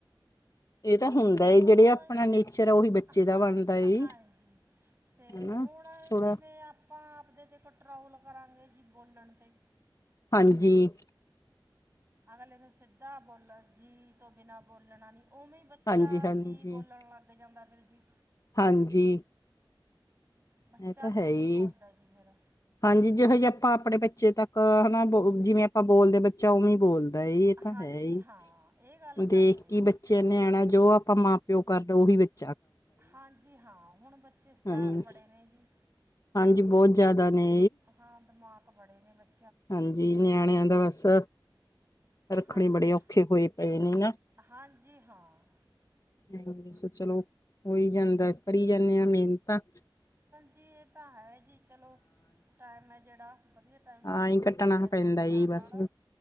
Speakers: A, on the left; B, on the right.
A: ਇਹ ਤਾਂ ਹੁੰਦਾ
B: ਜੇ ਹੁਣ
A: ਏ ਜਿਹੜੇ ਆਪਣਾ
B: ਇਹ
A: ਨੇਚਰ ਆ ਉਹੀ ਬੱਚੇ ਦਾ
B: ਹਾਂ
A: ਬਣਦਾ ਏ
B: ਹਾਂਜੀ ਅਤੇ
A: ਹਨਾ
B: ਹੁਣ
A: ਥੋੜਾ
B: ਜਿਵੇਂ ਆਪਾਂ ਆਪਦੇ 'ਤੇ ਕਟਰੈਵਲ ਕਰਾਂਗੇ ਜੀ ਬੋਲਣ 'ਤੇ
A: ਹਾਂਜੀ
B: ਅਗਲ ਇਹਨੂੰ ਸਿੱਧਾ ਬੋਲਣ ਜੀ ਤੋਂ ਬਿਨਾਂ ਬੋਲਣਾ ਨੀ ਉਵੇਂ ਬੱਚਾ
A: ਹਾਂਜੀ ਹਾਂਜੀ
B: ਜੀ ਬੋਲਣ ਲੱਗ ਜਾਂਦਾ ਫਿਰ ਜੀ
A: ਹਾਂਜੀ
B: ਬੱਚਾ
A: ਇਹ ਤਾਂ
B: ਵੀ
A: ਹੈ
B: ਉਵੇਂ
A: ਹੀ
B: ਬੋਲਦਾ ਜੀ ਫਿਰ
A: ਹਾਂਜੀ ਜਿੋ ਜਿਹੇ ਆਪਾਂ ਆਪਣੇ ਬੱਚੇ ਤੱਕ ਹਨਾ ਬ ਜਿਵੇਂ ਆਪਾਂ ਬੋਲਦੇ ਬੱਚਾ ਉਵੇਂ ਬੋਲਦੇ ਇਹ ਤਾਂ
B: ਹਾਂਜੀ
A: ਹੈ ਹੀ
B: ਹਾਂ ਇਹ ਗੱਲ
A: ਦੇਖ
B: ਤਾਂ ਹੈ ਜੀ
A: ਕੇ ਬੱਚਿਆਂ ਨਿਆਣਾ ਜੋ ਆਪਾਂ ਮਾਂ ਪਿਓ ਕਰਦਾ ਉਹੀ ਵਿੱਚ
B: ਹਾਂਜੀ ਹਾਂ ਹੁਣ ਬੱਚੇ ਸਿਆਰ
A: ਹਾਂਜੀ
B: ਬੜੇ ਨੇ ਜੀ
A: ਹਾਂਜੀ ਬਹੁਤ ਜਿਆਦਾ ਨੇ
B: ਹਾਂ ਦਿਮਾਗ ਬੜੇ ਨੇ ਬੱਚੇ
A: ਹਾਂਜੀ ਨਿਆਣਿਆਂ ਦਾ ਬਸ ਰੱਖਣੇ
B: ਹਾਂਜੀ
A: ਬੜੇ ਔਖੇ ਹੋਏ ਪਏ ਨੇ ਨਾ
B: ਹਾਂਜੀ ਹਾਂ
A: ਬਸ ਚਲੋ ਹੋਈ ਜਾਂਦਾ ਕਰੀ ਜਾਂਦੇ ਆਾਂ ਮਿਹਨਤ
B: ਜੀ ਇਹ ਤਾਂ ਹੈ ਜੀ ਚਲੋ ਟਾਈਮ ਹੈ ਜਿਹੜਾ ਵਧੀਆ ਟਾਈਮ ਪਾਸ
A: ਹਾਂ ਹੀ
B: ਹੋ
A: ਕੱਟਣਾ
B: ਜਾਂਦਾ ਜੀ
A: ਪੈਂਦਾ
B: ਬੱਚਿਆਂ
A: ਈ
B: ਨਾਲ
A: ਬਸ